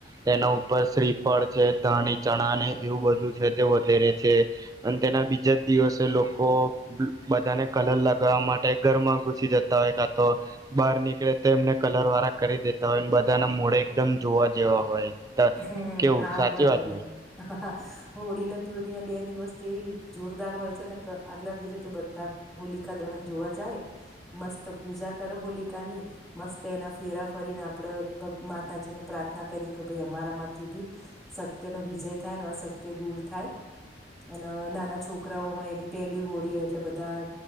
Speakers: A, on the right; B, in the centre.
A: તેના ઉપર સ્ફળ છે ધાણી ચણા ને એવું બધું છે તે વધેરે છે, અને તેના બીજા જ દિવસે લોકો બધાને કલર લગાવવા માટે ઘરમાં ઘુસી જતા હોય કા તો, બહાર નીકળે તો એમને કલર વાળા કરી દેતા હોય. ના મોડે એકદમ જોવા જેવા હોય.
B: હમ
A: કેવું
B: હા
A: સાચી
B: બરાબર.
A: વાત ને
B: આ હા હોળી ને ધુલેટીને બે દિવસ તો એ જોરદાર હોય છે ને આગલા દિવસે તો બધા હોલિકા દહન જોવા જાય, મસ્ત પૂજા કરો હોલિકા ની, મસ્ત એના ફેરા ફરીને આપડે માતાજીને પ્રાર્થ ના કરી થી બી, સત્ય નો વિજય થાય ને અસત્ય દૂર થાય, અને નાના છોકરાઓ હોય એની પહેલી હોડી હોય એટલે બધા,